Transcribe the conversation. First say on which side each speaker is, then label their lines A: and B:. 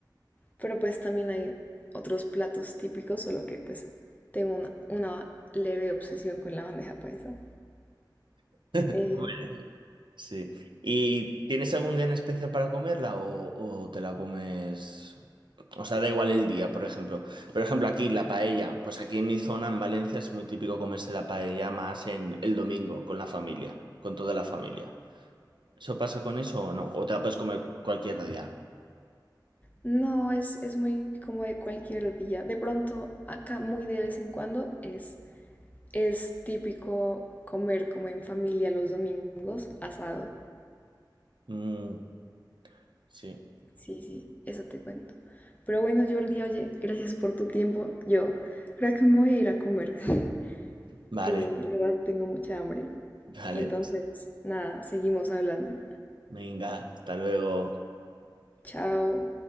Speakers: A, on the left; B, on the right.
A: Pero pues también hay otros platos típicos, solo que pues tengo una, una leve obsesión con la bandeja paisa.
B: <laughs>
A: Eh,
B: Sí. ¿Y tienes algún día en especial para comerla o, o te la comes? O sea, da igual el día, por ejemplo. Por ejemplo, aquí la paella. Pues aquí en mi zona, en Valencia, es muy típico comerse la paella más en el domingo, con la familia, con toda la familia. ¿Eso pasa con eso o no? ¿O te la puedes comer cualquier día?
A: no, es, es muy como de cualquier día. De pronto, acá muy de vez en cuando es, es típico comer como en familia los domingos asado.
B: Mm, sí.
A: Sí, sí, eso te cuento. Pero bueno, Jordi, oye, gracias por tu tiempo. Yo creo que me voy a ir a comer. <laughs>
B: Vale,
A: Eh, la verdad, tengo mucha hambre.
B: vale.
A: Entonces, nada, seguimos hablando.
B: Venga, hasta luego.
A: Chao.